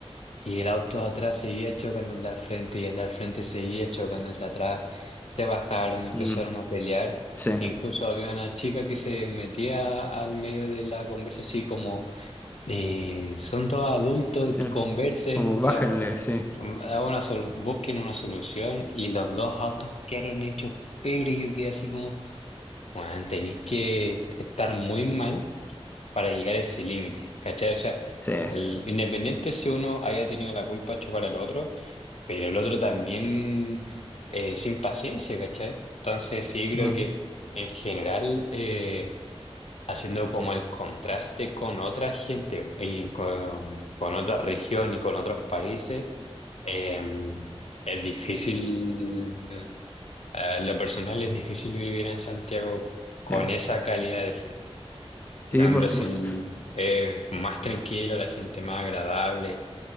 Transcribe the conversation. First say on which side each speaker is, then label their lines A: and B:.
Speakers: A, on the left; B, on the left.
A: Y el auto de atrás seguía chocando el de al frente y el de al frente seguía chocando el de atrás. Se bajaron, empezaron
B: mm,
A: a pelear.
B: sí,
A: Incluso había una chica que se metía al medio de la conversa así como, eh, son todos adultos,
B: sí.
A: conversen,
B: Como
A: o sea,
B: bájenle, sí.
A: hagan una sol- busquen una solución. Y los dos autos quedaron hechos pebre y yo quedé así como, bueno, tenéis que estar muy mal para llegar a ese límite, ¿cachai? O sea,
B: Sí.
A: el- independiente si uno haya tenido la culpa de chocar al otro pero el otro también eh, sin paciencia, ¿cachai? Entonces sí creo
B: mm,
A: que en general eh, haciendo como el contraste con otra gente y con, con otra región y con otros países, eh, es difícil, eh, lo personal es difícil vivir en Santiago con
B: sí.
A: esa calidad de gente.
B: Sí,
A: Acá en
B: por
A: Brasil
B: supuesto.
A: es más tranquilo, la gente más agradable,